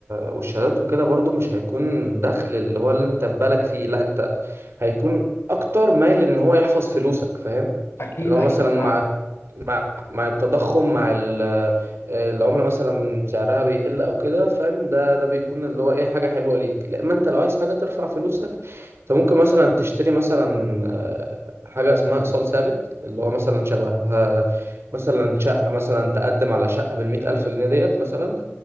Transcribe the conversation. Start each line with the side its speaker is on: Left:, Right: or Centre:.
Right: والشهادات وكده برضو مش هيكون دخل اللي هو اللي انت في بالك فيه لا انت هيكون اكتر مايل ان هو يحفظ فلوسك فاهم
Left: اكيد
Right: اللي هو
Left: اكيد
Right: مثلا
Left: صعب
Right: مع مع مع التضخم مع ال- العمله مثلا سعرها بيقل او كده فاهم ده ده بيكون اللي هو ايه حاجه حلوه ليك لا ما انت لو عايز حاجه ترفع فلوسك انت ممكن مثلا تشتري مثلا آه، حاجه اسمها ايصال ثابت اللي هو مثلا شبه آه، مثلا شقه مثلا تقدم على شقه بالمئة الف جنيه ديت مثلا